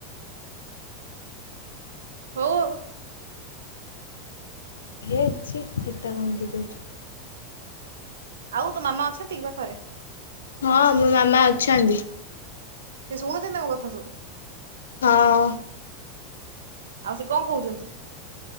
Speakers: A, on the right; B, on the left.
A: ହୋଉ ଆଉ।
B: <unintelligible>
A: ଆଉ ତୋ ମାମା ଅଛନ୍ତି ପାଖରେ?
B: ହଁ ମୋ ମାମା ଅଛନ୍ତି।
A: ସେ ଶୁଣୁଛନ୍ତି ନା ମୋ କଥା ସବୁ?
B: ହଁ
A: ଆଉ ସେ କଣ କୋହୁଚନ୍ତି?